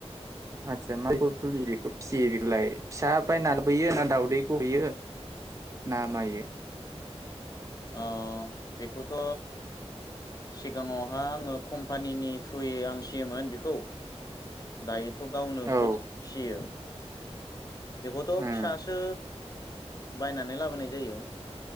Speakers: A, on the right; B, on the left.
A: आदसा <unintelligible> थुलि बेखौ फिसियो बेखौलाय फिसा बायनानै बोयो ना, दाउदैखौ बियो नामायो।
B: अ' बेखौथ' सिगाङावहा आंङो कम्पानिनि थ्रुयै आं सिमोन बेखौ दायो थ' गावनो
A: औ
B: खुद फियो बेखौथ
A: उम
B: फिसासो बायनानै लाबोनाय जायो।